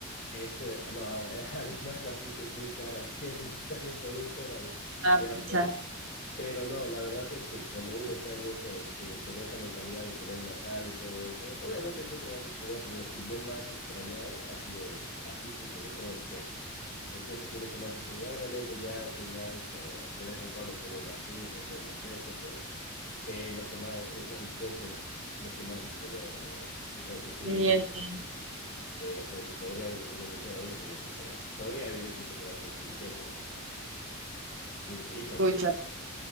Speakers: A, on the left; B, on the right.
A: es, eh, no, ade- <laughs> además la pizza es muy cara aquí, así que también por un tema de,
B: Ah,
A: de ahorro
B: pucha,
A: Pero no, la verdad es que cuando uno está en esas, como que en esa mentalidad de comer más sano y todo eso, obviamente siempre vas a extrañar, pero lo que yo más he extrañado ha sido el- la pizza y sobre todo el queso. El queso sí es lo que más he extrañado. Obviamente ya soy más, eh, de vez en cuando como más pizza, como más esto, pero sí, lo que más, es- el queso es lo que más he extrañado, la verdad. Entonces sí,
B: sí, entiendo,
A: sí, lo que si podría renunciar a uno sería el chocolate. Podría vivir sin chocolate, sin queso, ¿no? Sin pizza
B: pucha.
A: sobre todo.